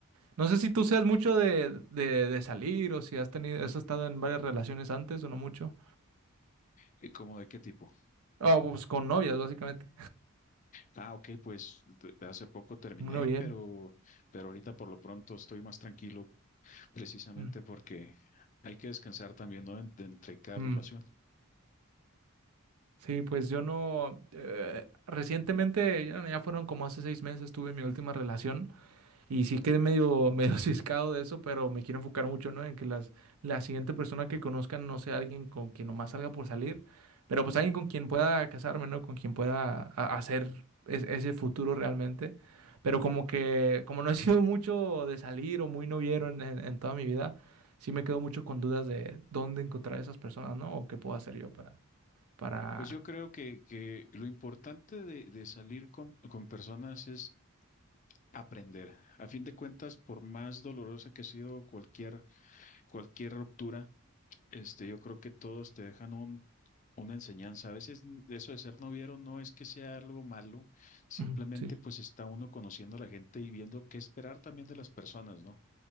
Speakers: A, on the right; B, on the left.
A: No sé si tú seas mucho de, de, de salir o si has tenido, has estado en varias relaciones antes o no mucho.
B: ¿Y ¿Cómo de qué tipo?
A: Oh, pues con novias, básicamente.
B: Ah, ok, pues de- de hace poco terminé,
A: Un noviero.
B: pero, pero ahorita por lo pronto estoy más tranquilo, precisamente
A: Mm,
B: porque hay que descansar también, ¿no? De entre cada
A: mm.
B: relación.
A: Sí, pues yo no. eh, recientemente, ya ya fueron como hace seis meses, tuve mi última relación. Y sí quedé medio, medio <laughs> ciscado de eso, pero me quiero enfocar mucho, ¿no? En que las, la siguiente persona que conozcan no sea alguien con quien nomás salga por salir, pero pues alguien con quien pueda casarme, ¿no? Con quien pueda a- hacer es- ese futuro realmente. Pero como que, como no he <laughs> sido mucho de salir o muy noviero en, en- en toda mi vida, sí me quedo mucho con dudas de dónde encontrar a esas personas, ¿no? O qué puedo hacer yo para, para...
B: Pues yo creo que, que lo importante de, de salir con, con personas es aprender. A fin de cuentas, por más dolorosa que ha sido cualquier, cualquier ruptura, Este, yo creo que todos te dejan un, una enseñanza. A veces n- eso de ser noviero no es que sea algo malo, simplemente
A: Ujú, sí,
B: pues está uno conociendo a la gente y viendo qué esperar también de las personas, ¿no?